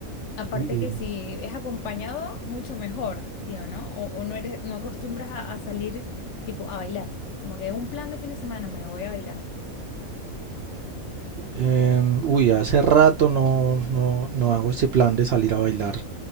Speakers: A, on the left; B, on the right.
A: aparte
B: Sí, eh,
A: que si es acompañado, mucho mejor, ¿sí o no? O, o no eres, no acostumbras a, a salir tipo a bailar. Como que un plan de fin de semana, me voy a bailar.
B: Em, uy, hace rato no, no, no hago este plan de salir a bailar.